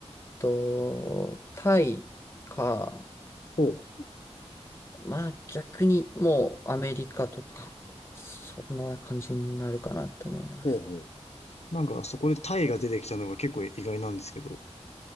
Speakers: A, on the left; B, on the left.
A: と、タイか、
B: ほう、
A: まあ逆にもうアメリカとか、そんな感じになるかなって思います。
B: ほうほう。なんか、そこでタイが出てきたのが結構意外なんですけど。